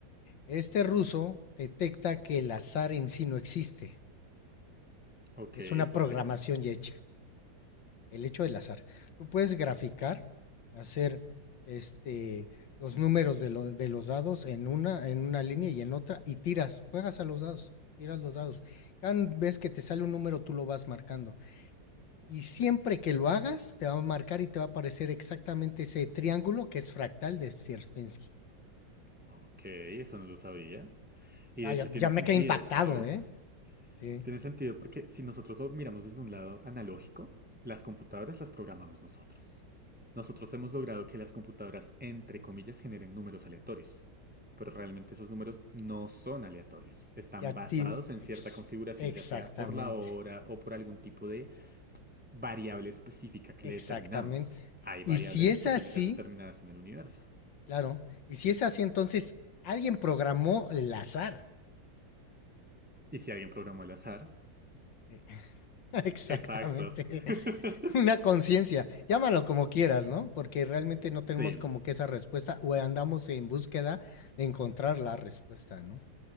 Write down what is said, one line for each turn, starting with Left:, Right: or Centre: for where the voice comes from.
Left: este ruso detecta que el azar en sí no existe.
Centre: Ok,
Left: Es una programación
Centre: vale.
Left: ya hecha. el hecho del azar. Tú puedes graficar, hacer este, los números de, lo- de los dados en una, en una línea y en otra y tiras, juegas a los dados, tiras los dados. Cada vez que te sale un número, tú lo vas marcando. Y siempre que lo hagas, te va a marcar y te va a aparecer exactamente ese triángulo que es fractal de Sierpinski.
Centre: Ok, eso no lo sabía. Y
Left: Ah,
Centre: de hecho
Left: ya,
Centre: tiene
Left: ya me
Centre: sentido,
Left: quedé impactado,
Centre: ¿sabes?
Left: ¿eh? Sí.
Centre: Tiene sentido porque si nosotros lo miramos desde un lado analógico, las computadoras las programamos nosotros. Nosotros hemos logrado que las computadoras, entre comillas, generen números aleatorios, pero realmente esos números no son aleatorios. Están
Left: Ya ti
Centre: basados en
Left: ex-
Centre: cierta configuración,
Left: exactamente,
Centre: ya sea por la hora o por algún tipo de variable específica que
Left: exactamente.
Centre: le determinamos. Hay
Left: Y
Centre: variables
Left: si es
Centre: específicas
Left: así,
Centre: determinadas en el universo.
Left: Claro. Y si es así, entonces alguien programó el azar.
Centre: Y si alguien programó el azar,
Left: <laughs> Exactamente.
Centre: exacto. <laughs>
Left: <laughs> Una conciencia. Llámalo como quieras, ¿no? Porque realmente no tenemos
Centre: Sí.
Left: como que esa respuesta o andamos en búsqueda de encontrar la respuesta, ¿no?